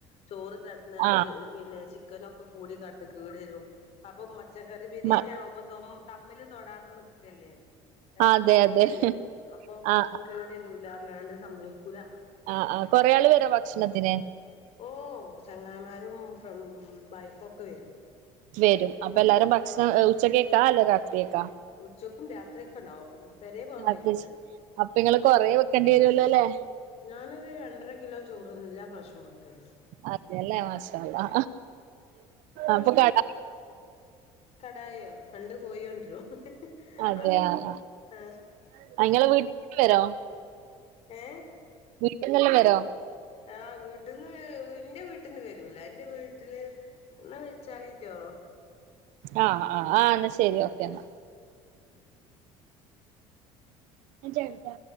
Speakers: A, on the left (about 50°); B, on the right (about 75°).
A: ചോറ് കേ ട്ന്നാണ്ട്
B: ആഹ്
A: പിന്നെ ചിക്കനൊക്കെ കൂടി കടന്ന് കേട് വരും. അപ്പൊ പച്ചക്കറി ബിരിയാണി
B: മ
A: ആകുമ്പോ തമ്മില് തൊടാത്ത നിക്കല്ലേ? രണ്ടും
B: ആ, അതെ
A: രണ്ടല്ലേ
B: അതെ
A: അപ്പൊ
B: ആഹ്
A: അത് കേട് വരൂല പറഞ്ഞണ്ട് സമ്മതിക്കൂല
B: ആ ആ കൊറെേ ആള് വരോ ഭക്ഷണത്തിന്?
A: ഓഹ് ചങ്ങായിമാരും ഫ്രം വൈഫ് ഒക്കെ വരും.
B: വരും അപ്പൊ എല്ലാരും ഭക്ഷണം ഉച്ചക്കേക്കാ അല്ല രാത്രിയേക്കാ?
A: ഉച്ചയ്ക്കും രാത്രിയൊക്കെ ഉണ്ടാവും. പെരേ പോകാൻ
B: അത
A: കഴിയൂല
B: അപ്പൊ ഇങ്ങള് കൊറേ വെക്കേണ്ടി വരുല്ലോ അല്ലേ?
A: ഞാനൊരു രണ്ടര കിലോ ചോറ് തന്നെ എല്ലാ പ്രാവശ്യം വെക്കാല്ണ്ട്.
B: അതെല്ലേ മാശാ അള്ളാ അപ്പം കട
A: കടായിയോ രണ്ട് കോഴി കൊണ്ടുരും.
B: അതെ
A: അതും
B: ആഹ്
A: ആ
B: ആഹ് ഇങ്ങള് വീട്ടിക്ക് വരോ?
A: ഏഹ്
B: വീട്ടിൽന്നെല്ലാം വരോ?
A: ആഹ് വീട്ടീന്ന് എന്റെ വീട്ടിന്ന് വരൂല. എന്റെ വീട്ടില് എന്നാ വെച്ചാളിറ്റോ?
B: ആഹ് ആഹ് ആഹ് എന്നാൽ ശരി ഓക്കെ എന്നാ. ആ ചെറുതാ